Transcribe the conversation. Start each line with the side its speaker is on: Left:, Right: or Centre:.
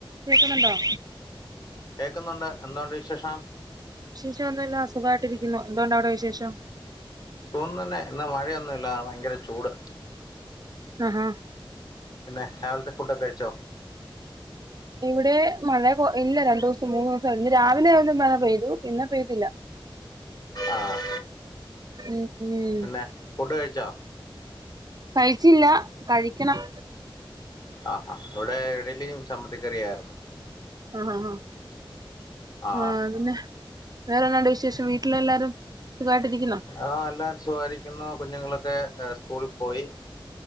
Right: കേക്കുന്നുണ്ടോ?
Left: കേക്കുന്നുണ്ട്. എന്തുണ്ട് വിശേഷം.
Right: വിശേഷം ഒന്നുംല്ല സുഖായിട്ടിരിക്കുന്നു. എന്തുണ്ട് അവടെ വിശേഷം?
Left: സുഖം തന്നെ ഇന്ന് മഴയൊന്നുല്ല ഭയങ്കര ചൂട്.
Right: അഹാ ഹ്
Left: പിന്നെ രാവിലത്തെ ഫുഡൊക്കെ കഴിച്ചോ?
Right: ഇവിടെ മഴ പ്പൊ ഇല്ല രണ്ടുസം മൂന്ന്സം ഇന്ന് രാവിലെ ഒരു മഴ പെയ്തു പിന്നെ പെയ്തില്ല.
Left: ആഹ്
Right: ഉം ഉം
Left: പിന്നെ ഫുഡ് കഴിച്ചാ?
Right: കഴിച്ചില്ല കഴിക്കണം.
Left: ആഹാ അഒടെ ഇടിലിയും ചമ്മന്തിക്കറിയായിരുന്നു.
Right: ആഹ് ആഹ് ആഹ്
Left: ആ
Right: വേറന്താ? വേറെന്നാണ്ട് വിശേഷം വീട്ടിൽ എല്ലാരും സുഖായിട്ടിരിക്കുന്നോ?
Left: ആഹ് എല്ലാരും സുഖായിരിക്കുന്നു കുഞ്ഞുങ്ങളൊക്കെ സ്കൂളിൽ പോയി.